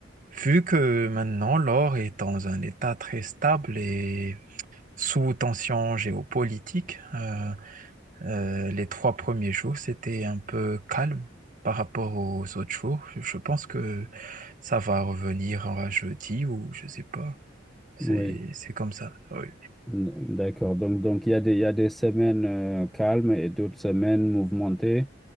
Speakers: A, on the right; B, in the centre.
A: vu que maintenant l'or est dans un état très stable et sous tension géopolitique, euh, euh, les trois premiers jours, c'était un peu calme par rapport aux autres jours. Je je pense que ça va revenir à jeudi ou je sais pas. C'est,
B: oui.
A: c'est comme ça. Oui.
B: N- D'accord. Donc, donc il y a des, il y a des semaines euh, calmes et d'autres semaines mouvementées.